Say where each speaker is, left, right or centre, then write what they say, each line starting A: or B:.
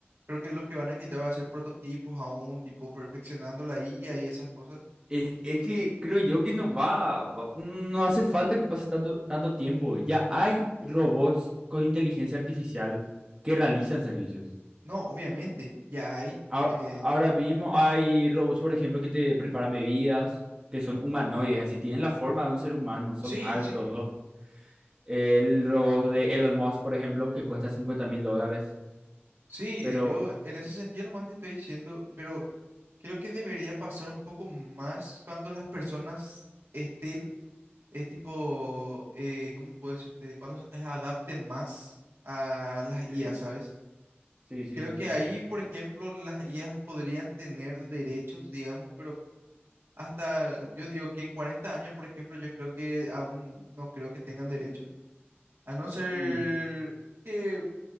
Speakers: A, on the right; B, on the right.
A: creo que lo que van a quitar va a ser prototipos aún, tipo perfeccionando la IA y esas cosas.
B: Es, es que creo yo que no va, va- no hace falta que pase tanto, tanto tiempo. Ya hay robots con inteligencia artificial que realizan servicios.
A: No, obviamente, ya hay.
B: A-
A: eh,
B: ahora mismo hay robots, por ejemplo, que te preparan bebidas, que son humanoides, así tienen la forma de un ser humano, son
A: sí,
B: altos,
A: sí,
B: El robot de Elon Musk, por ejemplo, que cuesta cincuenta mil dólares.
A: sí,
B: Pero,
A: eh, yo en ese sentido nomás te estoy diciendo, pero creo que debería pasar un poco más cuando las personas estén, eh, tipo, eh, ¿cómo puedo decirte? Cuando se adapten más a las IA,
B: Sí,
A: ¿sabes?
B: sí, sí,
A: Creo
B: sí,
A: que
B: sí.
A: ahí, por ejemplo, las IAs podrían tener derechos, digamos, pero Hasta yo digo que en 40 años, por ejemplo, yo creo que aún no creo que tengan derechos, a no ser
B: mm,
A: que